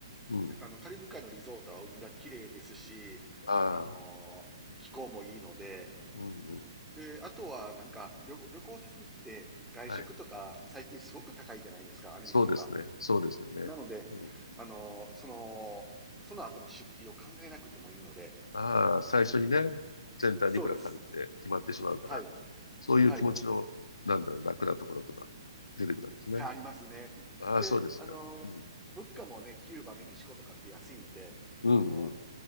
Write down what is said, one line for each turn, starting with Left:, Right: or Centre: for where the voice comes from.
Left: うん。
Centre: あのカリブ海のリゾートは海が綺麗ですし、
Left: ああ、
Centre: あの、気候もいいので、
Left: うん、うん。
Centre: で、あとはなんか旅行、旅行先行って外食とか最近すごく高いじゃないですか、
Left: はい。
Centre: アメリカとか。
Left: そうですね。そうですよね。
Centre: なので、
Left: うん。
Centre: あの、その、その後の出費を考えなくてもいいので、
Left: ああ、最初にね、全体にいくらかかるって決まってしまうから、
Centre: そうです。はい。
Left: そういう気持ちの、
Centre: はい。
Left: なんだろう、楽なところとか出てくるわけですね。
Centre: がありますね。
Left: ああ、
Centre: で、
Left: そうですか。
Centre: あの、
Left: うん。
Centre: 物価もね、キューバ、メキシコとかって安いので、
Left: うんうん。
Centre: あの、